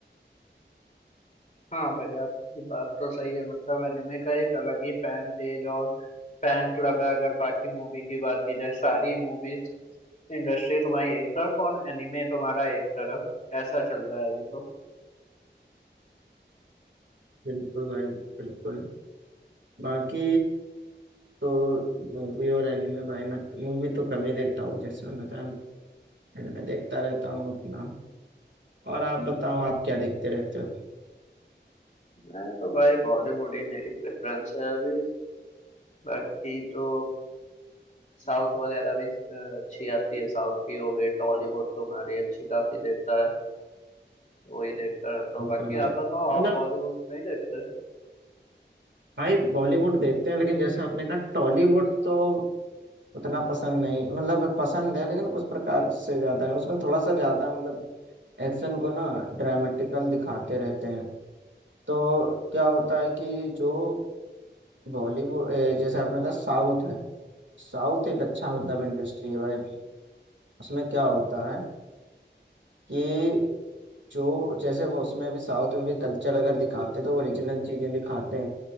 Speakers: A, on the left; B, on the right.
A: हाँ भाई आपकी बात तो सही है मतलब एनिमे का एक अलग ही फैन पेज और फैन क्लब है अगर बाकी मूवी की बात की जाए सारी मूवीज इंडस्ट्री तुम्हारी एक तरफ और एनिमे तुम्हारा एक तरफ ऐसा चल रहा है अभी तो
B: बिल्कुल भाई बिल्कुल बाकी तो मूवी और एनिमे भाई मैं मूवी तो कम ही देखता हूँ जैसे मैंने बताया एनिमे देखता रहता हूँ अपना और आप बताओ आप क्या देखते रहते हो
A: मैं तो भाई बॉलीवुड ही मेरी प्रेफरेंस है अभी बाकी तो साउथ वगैरह भी अ, अच्छी आती है साउथ की हो गई टॉलीवुड तुम्हारी अच्छी काफी देखता है वही देखता रहता हूँ
B: बिल्कुल
A: बाकी
B: भाई
A: आप बताओ आप
B: मतलब
A: बॉलीवुड नहीं देखते
B: भाई बॉलीवुड देखते हैं लेकिन जैसे आपने कहा टॉलीवुड तो उतना पसंद नहीं मतलब पसंद है लेकिन उस प्रकार से ज्यादा नहीं उसमें थोड़ा सा ज्यादा मतलब एक्शन को ना ड्रामेटिकल दिखाते रहते हैं तो क्या होता है कि जो बॉलीवुड ए, जैसे आपने कहा साउथ है साउथ एक अच्छा मतलब इंडस्ट्री है भाई उसमें क्या होता है कि जो जैसे वो उसमें भी साउथ में भी कल्चर अगर दिखाते हैं तो ओरिजिनल चीजें दिखाते हैं